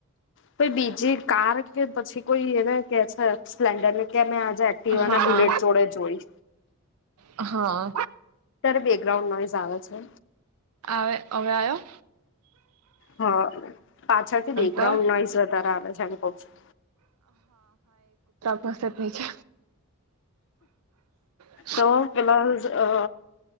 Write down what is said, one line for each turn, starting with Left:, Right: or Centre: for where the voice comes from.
Left: કોઈ બીજી કાર કે પછી કોઈ એને કે છે સ્પ્લેન્ડર ની કે મે આજે એક્ટિવા
Right: હા
Left: ને બુલેટ જોડે જોઈ
Right: હા
Left: બેકગ્રાઉન્ડ નોઈઝ આવે છે
Right: વે હવે આયો
Left: હા પાછળથી બેકગ્રાઉન્ડ
Right: તો
Left: નોઈઝ વધારે આવે છે એમ કઉ છું
Right: ભસે ભસે <inaudible>
Left: તો પેલાંઝ અ